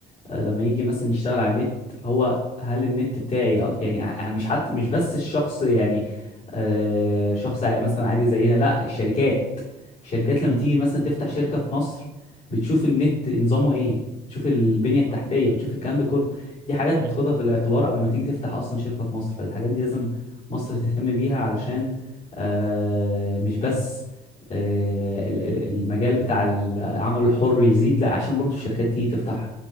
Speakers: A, on the left; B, on the right.
A: آه، لما يجي مثلا يشتغل على النت هو هل النت بتاعي أص- يعني ع- مش حتى مش بس الشخص يعني آه، شخص عادي- مثلا عادي زينا لا الشركات الشركات لما
B: امم
A: تيجي مثلا تفتح شركة في مصر بتشوف النت نظامه ايه بتشوف البنية
B: بالظبط
A: التحتية بتشوف الكلام ده كله دي حاجات
B: ايوه
A: تاخدها في الاعتبار قبل ما تيجي تفتح اصلا شركة في مصر فالحاجات دي لازم مصر تهتم بيها علشان آه، مش بس آه، ال- ال- المجال بتاع العمل الحر يزيد لا عشان برضو الشركات تيجي تفتح